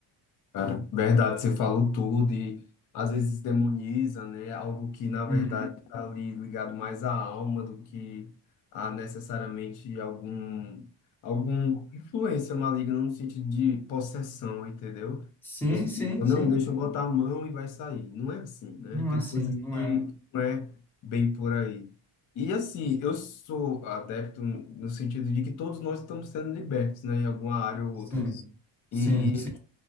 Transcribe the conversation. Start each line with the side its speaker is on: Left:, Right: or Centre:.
Left: Cara, verdade, você falou tudo e às vezes demoniza, né? Algo que na verdade
Centre: Uhum.
Left: está ali ligado mais à alma do que a necessariamente algum algum influência maligna no sentido de possessão, entendeu?
Centre: Sim,
Left: É tipo,
Centre: sim,
Left: não,
Centre: sim.
Left: deixa eu botar a mão e vai sair. Não é assim, né?
Centre: Não
Left: Tem
Centre: é assim,
Left: coisas
Centre: não
Left: que
Centre: é.
Left: não é bem por aí. E assim, eu sou adepto no sentido de que todos nós estamos sendo libertos, né? Em alguma área ou
Centre: Sim,
Left: outra. E,
Centre: sim, sim.